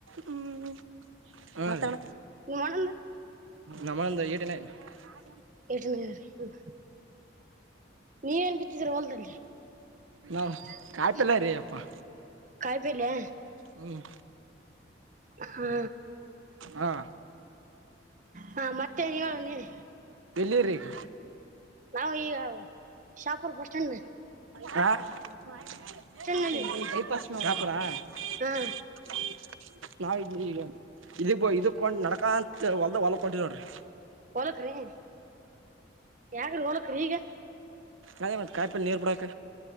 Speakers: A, on the right; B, on the right.
A: ಹ್ಮ
B: ನಿ ಮಂದು <unintelligible>
A: ನಮ್ಮಂದು ಏಟಿನನ್ <unintelligible>
B: ಎಟನಾರಿ <unintelligible> ನೀವ ನ್ ಬಿತ್ತಿದ್ರ ಹೊಲ್ದಲ್ರಿ
A: ನಾವ್
B: <inaudible>
A: ಕಾಯಿಪಲ್ಲ ರೀ ಅಪ್ಪಾ
B: ಕಾಯ ಪೇಲೆ
A: ಹ್ಮ್
B: ಹ್ಮ
A: ಹಾ
B: ಹಾ ಮತ್ತೆನ್ ಹೇಳ ನೀನೇ
A: ತಿರಿ <unintelligible>
B: ನಾವು ಈಗ ಶಾಪುರ್ ಬಸ್ಸಟ್ಯಾಂಡ್
A: ಹಾ <unintelligible>
B: ನಲ್ಲಿ
A: ಜಪಸ್ ಸ <unintelligible> ಪರ <unintelligible>
B: ಹಾ
A: ನಾವ ಇ ಇದ ಇದಕ್ೊಂಡ್ ನಡಕ ಅಂತ ಹೊಲ್ದ ಹೊಲ ಕೊಟ್ಟಿದೋಡ್ರಿ
B: ಹೋಲಕ್ರಿ <inaudible> ಯಾಗ್ರಿ ಹೋಲಕ್ರಿ ಈಗ
A: ಅ ಮಾಡ ಕಾಯಪಲ್ ನೀರು ಬಿಡಾಕ